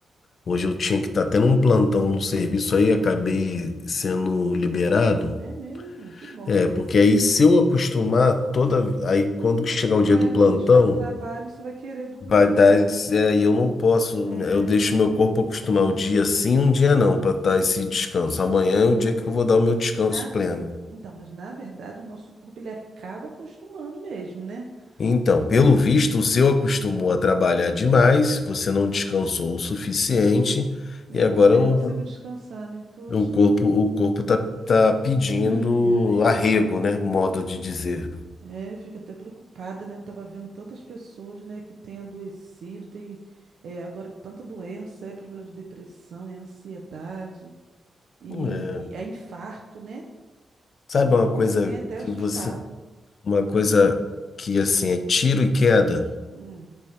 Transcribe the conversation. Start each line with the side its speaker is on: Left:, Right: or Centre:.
Left: Hoje eu tinha que estar tendo um plantão no serviço aí, acabei sendo liberado.
Right: É mesmo? Que bom.
Left: É, porque aí se eu acostumar toda. Aí quando chegar o dia
Right: É,
Left: do plantão,
Right: quando você estiver no trabalho, você vai querer dormir,
Left: vai
Right: né?
Left: dar. esse- É, e eu não posso.
Right: É,
Left: Eu deixo meu corpo acostumar o dia sim, um dia não, para dar
Right: na ve-
Left: esse descanso. Amanhã
Right: então,
Left: é o dia que eu vou dar o meu descanso
Right: na, ve-
Left: pleno.
Right: então, mas na verdade o nosso corpo ele acaba acostumando mesmo, né?
Left: Então,
Right: Tipo
Left: pelo
Right: assim,
Left: visto, o seu acostumou a trabalhar demais, você não descansou o suficiente,
Right: e
Left: e
Right: agora
Left: agora
Right: eu nem
Left: o,
Right: consigo descansar, né? Poxa,
Left: o corpo, o corpo tá, tá pedindo
Right: ai, ai.
Left: arrego, né? Modo de dizer.
Right: É, eu fico até preocupada, né? Eu tava vendo tantas pessoas, né, que têm adoecido, tem é, agora tanta doença, é problema de depressão, é ansiedade, e
Left: É,
Right: é infarto, né?
Left: sabe
Right: Que, nossa,
Left: uma coisa
Right: tem até
Left: que
Right: assustado.
Left: você. Uma coisa que assim é tiro e queda,
Right: Hum.